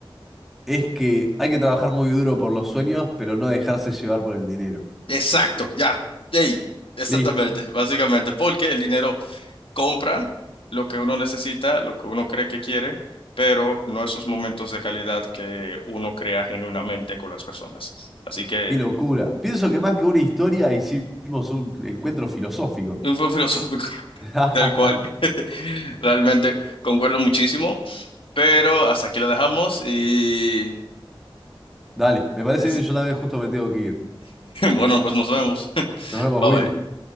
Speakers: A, in the centre; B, on the left.
A: es que hay que trabajar muy duro por los sueños, pero no dejarse llevar por el dinero.
B: Exacto, ya. Ey, exactamente,
A: Listo,
B: básicamente, porque el dinero compra lo que uno necesita, lo que uno cree que quiere, pero no esos momentos de calidad que uno crea genuinamente con las personas. Así que,
A: qué locura. Pienso que más que una historia hicimos un encuentro filosófico.
B: un fue filosófico, <laughs>
A: <laughs>
B: tal cual. <laughs> Realmente concuerdo muchísimo, pero hasta aquí lo dejamos y
A: Dale, me parece
B: <laughs>
A: bien, yo también justo me tengo que ir.
B: bueno, pues nos vemos. <laughs>
A: Nos vemos,
B: Bye
A: Will.
B: bye.